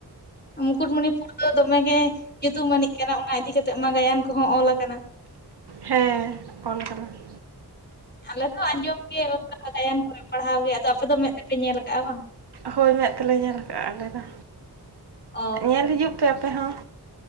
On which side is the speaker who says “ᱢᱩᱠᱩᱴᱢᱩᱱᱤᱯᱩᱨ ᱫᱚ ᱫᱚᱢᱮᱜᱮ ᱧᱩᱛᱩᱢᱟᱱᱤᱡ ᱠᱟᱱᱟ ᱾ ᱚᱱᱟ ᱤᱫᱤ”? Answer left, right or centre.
Left